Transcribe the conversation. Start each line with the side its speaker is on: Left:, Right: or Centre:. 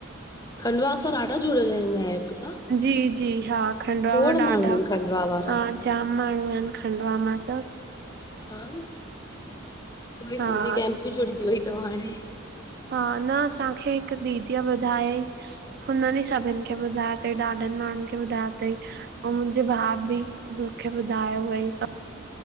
Left: खंडवा सां ॾाढा जुड़ियल इन हिन ऐप सां,
Right: जी जी हा खंडवा
Left: खोड़
Right: मां
Left: माण्हू
Right: ॾाढा
Left: आहिनि खंडवा वारा।
Right: हा जाम माण्हूं आहिन खंडवा मां त
Left: हा न पूरी
Right: हा
Left: सिंधी
Right: अस-
Left: कैमप बि जुड़जी वई थव हाणे
Right: हा न असांखे हिक्क दीदीअ ॿुधाय हुननि ई सभिन खे ॿुधायो थई ॾाढनि माण्हुनि खे ॿुधायो थई अव मुंहिंजे भाउ बि मूंखे ॿुधायो हुई सब